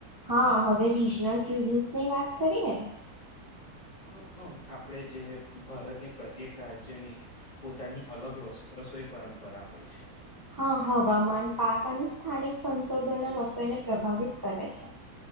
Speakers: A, on the right; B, on the left.
A: હા હવે રીજનલ ક્યુઝિન્સ ની વાત કરીએ.
B: હ આપણે જે ભારતની પ્રત્યેક રાજ્યની પોતાની અલગ રસ રસોઈ પરંપરા હોય છે.
A: હા હવામાન પાક અને સ્થાનિક સંશોધનો રસોઈને પ્રભાવિત કરે છે.